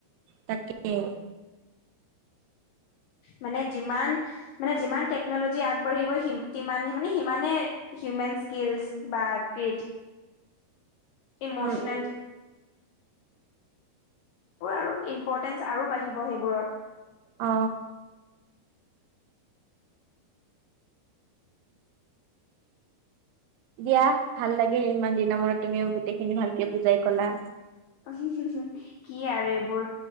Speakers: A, on the right (about 85°); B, on the left (about 80°).
A: তাকে
B: মানে যিমান মানে যিমান টেকনলজি <unintelligible> আগবাঢ়িব সিমান মানে সিমানে। হিউমেন স্কিলছ বা ক্ৰিয়েটিভ। <unintelligible> ইমোশনেল।
A: উম উম
B: <unintelligible> সেইবোৰ আৰু ইম্পৰ্টেঞ্চ আৰু বাঢ়িব সেইবোৰৰ।
A: অ। দিয়া ভাল লাগে ইমান দিনৰ মূৰত তুমিও গোটেইখিনি ভালকে বুজাই কলা।
B: কি আৰু এইবোৰ